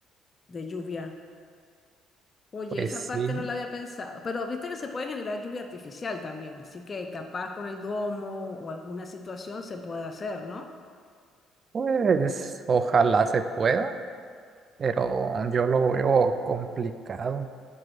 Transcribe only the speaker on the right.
Pues
sí,
pues ojalá se pueda, pero yo lo veo complicado.